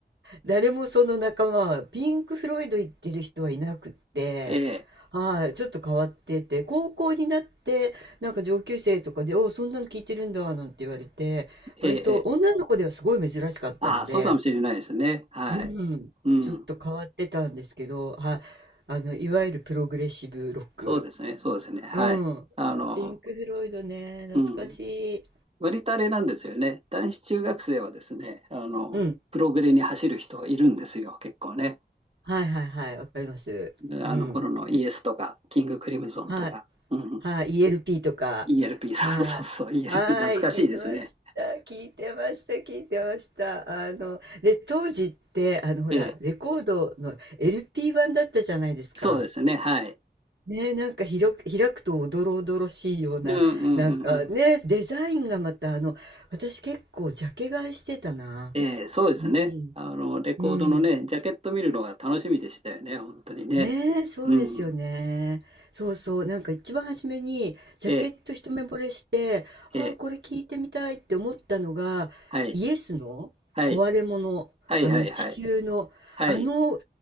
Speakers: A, on the right; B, on the right.
A: 誰もその仲間はピンク・フロイド行ってる人はいなくって、
B: えーえ
A: はい、ちょっと変わってて、高校になってなんか上級生とかで、おうそんなの聞いてるんだなんて言われて、
B: ーえー
A: 割と女の子ではすごい珍しかったので、
B: あ、そうかもしれないですね。はい。
A: うん、
B: うん。
A: ちょっと変わってたんですけど、はい、あのいわゆるプログレッシブロック
B: そうですね。そうですね。はい。
A: うん。いやピンク・
B: あの、
A: フロイドね、
B: うん。
A: 懐かしい。
B: 割とあれなんですよね。男子中学生はですね、あの、
A: うん。
B: プログレに走る人いるんですよ、結構ね。
A: はいはいはい、わかります。
B: うん。
A: うん。
B: あの頃のイエスとか、キング・クリムゾンとか。
A: はい。
B: うん。
A: はい。イーエル l p とか。
B: ELP、
A: はい。
B: <laughs> そうそうそう、ELP、
A: はい。
B: 懐かしいですね。
A: 聞いてました。聞いてました。聞いてました。あの、で、当時って、あの、ほら、
B: ええ、
A: レコードの LP 版だったじゃないですか。
B: そうですね、はい。
A: ね、なんか広く、開くとおどろおどろしいような、
B: うんうんうんうん。
A: なんかね、デザインがまた、あの、私結構ジャケ買いしてたな。
B: ええ、そうですね。
A: うん。
B: あの、レコードのね、
A: うん。
B: ジャケット見るのが楽しみでしたよね、本当にね。
A: ね、えそうですよね。
B: うん。
A: そうそう。なんか一番初めにジャケット一目惚れして、
B: ええ、
A: ああ、
B: ええ、
A: これ聞いてみたいって思ったのが、
B: はい、
A: イエスの壊れ物、
B: はい、はいはいはい、
A: あの地球の、
B: はい。
A: あの、